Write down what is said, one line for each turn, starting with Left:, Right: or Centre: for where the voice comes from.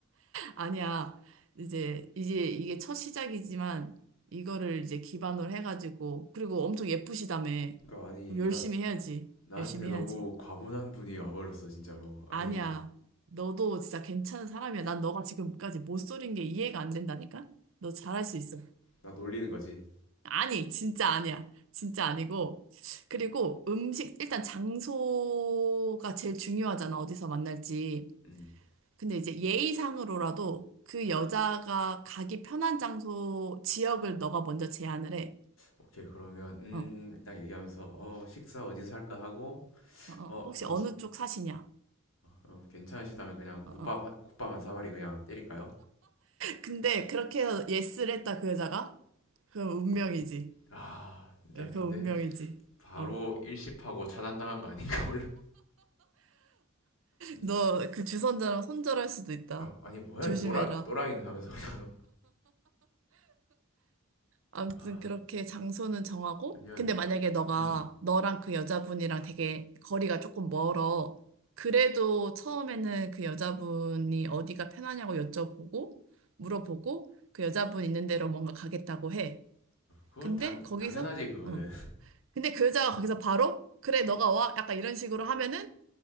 Right: 아니야 이제 이제 이게 첫 시작이지만 이거를 이제 기반으로 해가지고 그리고 엄청 예쁘시다며
Left: 그니까 아니
Right: 그럼 열심히
Left: 나
Right: 해야지
Left: 나한테
Right: 열심히
Left: 너무
Right: 해야지.
Left: 과분한 분이 와버렸어 진짜로. 아니
Right: 아니야. 너도 진짜 괜찮은 사람이야. 난 너가 지금까지 못 소린 게 이해가 안 된다니까? 너 잘할 수 있어.
Left: 나 놀리는 거지.
Right: 아니, 진짜 아니야. 진짜 아니고. 그리고 음식, 일단 장소가 제일 중요하잖아. 어디서 만날지.
Left: 음.
Right: 근데 이제 예의상으로라도 그 여자가 가기 편한 장소, 지역을 너가 먼저 제안을 해.
Left: 오케이 그러면 음딱
Right: 어, 어,
Left: 얘기하면서 어 식사 어디서 할까 하고
Right: 어.
Left: 어
Right: 혹시
Left: 괜찮.
Right: 어느 쪽 사시냐?
Left: 어, 괜찮으시다면 그냥 국밥
Right: 어, 어.
Left: 한- 국밥 한 사발이 그냥 때릴까요?
Right: 근데 그렇게 해서 예스를 했다, 그 여자가? 그럼 운명이지.
Left: 아 진짜
Right: 예,
Left: 근데
Right: 그 운명이지.
Left: 바로
Right: 어.
Left: 일십하고 차단당한 거 아닌가 몰라 아니
Right: 너 그 주선자랑 손절할 수도 있다.
Left: 아, 아니 뭐야
Right: 조심해라.
Left: 이 또라이 또라이는 하면서 그냥
Right: 아무튼
Left: 아
Right: 그렇게 장소는 정하고,
Left: 그러면
Right: 근데 만약에 너가
Left: 음
Right: 너랑 그 여자분이랑 되게 거리가 조금 멀어. 그래도 처음에는 그 여자분이 어디가 편하냐고 여쭤보고, 물어보고, 그 여자분 있는 데로 뭔가 가겠다고 해.
Left: 그건
Right: 근데
Left: 당
Right: 거기서,
Left: 당연하지 그거는
Right: 어. 근데 그 여자가 거기서 바로, 그래, 너가 와. 약간 이런 식으로 하면은